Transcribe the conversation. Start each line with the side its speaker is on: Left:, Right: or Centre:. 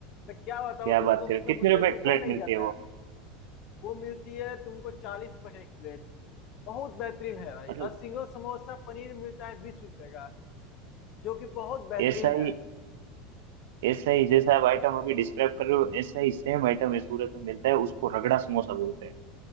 Left: मैं क्या बताऊँ
Right: क्या
Left: तुमको
Right: बात कर
Left: मतलब
Right: रहे हो? कितने
Left: मुझसे
Right: रुपए
Left: रुका
Right: एक प्लेट
Left: नहीं
Right: मिलती
Left: जाता
Right: है वो
Left: है वो मिलती है तुमको चालीस रुपए की एक प्लेट बहुत बेहतरीन है भाई
Right: मतलब
Left: और सिंगल समोसा पनीर मिलता है बीस रुपए का जो कि बहुत बेहतरीन
Right: ऐसा
Left: है
Right: ही ऐसा ही जैसा आप आइटम अभी डिस्क्राइब कर रहे हो ऐसा ही सेम आइटम है सूरत में मिलता है उसको रगड़ा समोसा बोलते हैं